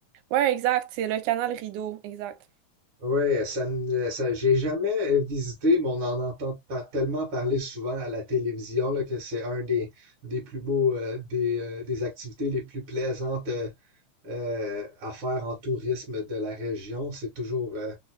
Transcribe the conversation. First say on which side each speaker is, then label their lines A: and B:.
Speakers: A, on the right; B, on the right.
A: Ouais, exact. C'est le canal Rideau, exact.
B: Ouais, ça, me- ça, j'ai jamais euh, visité, mais on en entend pa- tellement parler souvent à la télévision là, que c'est un des, des plus beaux, euh, des, euh, des activités les plus plaisantes euh, euh, à faire en tourisme de la région. C'est toujours, euh,